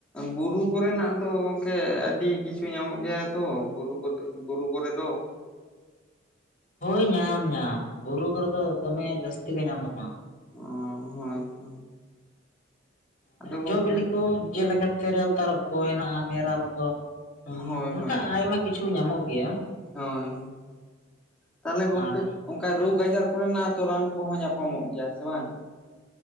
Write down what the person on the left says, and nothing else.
ᱦᱳᱭ ᱧᱟᱢ ᱧᱟᱢ ᱵᱩᱨᱩ ᱠᱚᱨᱮ ᱫᱚ ᱫᱚᱢᱮ ᱡᱟᱹᱥᱛᱤ ᱜᱮ ᱧᱟᱢᱚᱜᱼᱟ
ᱡᱚ ᱵᱤᱞᱤ ᱠᱚ ᱡᱮᱞᱮᱠᱟ ᱛᱮᱨᱮᱞ ᱛᱟᱨᱚᱵ ᱠᱚ ᱦᱮᱱᱟᱜᱼᱟ ᱢᱮᱨᱟᱞ ᱠᱚ ᱦᱮᱸ
ᱚᱱᱠᱟ
ᱟᱭᱢᱟ ᱠᱤᱪᱷᱩ ᱧᱟᱢᱚᱜ ᱜᱮᱭᱟ
ᱟᱨ